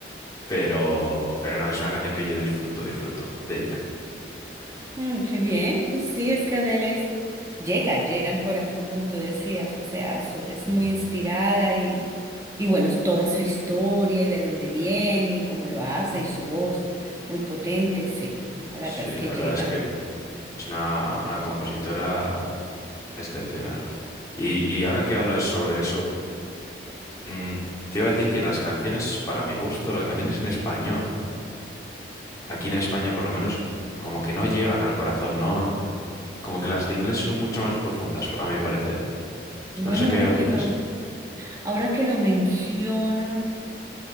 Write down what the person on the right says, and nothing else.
mm, qué bien, pues sí, es que Adele es, llega, llega al corazón, como tú decías, o sea, es, es
muy inspirada Y bueno, es toda su historia y de dónde viene y cómo lo hace y su voz muy potente, sí, la verdad
es que
llega.
Bueno,
ahora
que lo, ahora que lo mencionas,